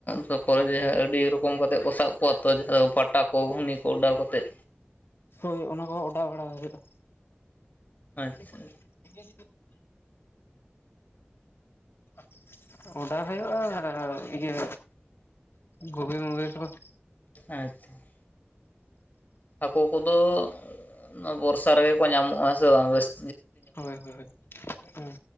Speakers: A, on the left (about 45°); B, on the left (about 70°).
A: ᱛᱟᱯᱚᱨᱮ ᱡᱮ ᱟᱹᱰᱤ ᱨᱚᱠᱚᱢ ᱠᱟᱛᱮ ᱠᱚ ᱥᱟᱵ ᱠᱚᱣᱟ ᱛᱚ ᱡᱟᱦᱟᱸ ᱫᱚ ᱯᱟᱴᱟᱼᱼ ᱠᱚ ᱜᱷᱩᱱᱤ ᱠᱚ ᱚᱰᱟᱣ ᱠᱟᱛᱮᱫ᱾
B: ᱦᱳᱭ ᱚᱱᱟ ᱠᱚᱦᱚᱸ ᱚᱰᱟᱣ ᱵᱟᱲᱟ ᱦᱳᱭᱳᱜᱼᱟ
A: ᱟᱪᱪᱷᱟ
B: ᱾ ᱤ <unintelligible> ᱚᱰᱟᱣ ᱦᱩᱭᱩᱜᱼᱟ ᱤᱭᱟᱹ ᱜᱷᱩᱜᱤ ᱢᱩᱜᱤ ᱠᱚ ᱾
A: ᱟᱪᱪᱷᱟ ᱾ ᱦᱟᱹᱠᱩ ᱠᱚᱫᱚ ᱱᱚᱣᱟ ᱵᱚᱨᱥᱟ ᱨᱮᱜᱮ ᱠᱚ ᱧᱟᱢᱚᱜᱼᱟ ᱦᱮᱸ ᱥᱮ ᱵᱟᱝ ᱡᱟᱹᱥᱛᱤ ᱼᱼ
B: ᱦᱳᱭ ᱦᱳᱭ ᱦᱮᱸ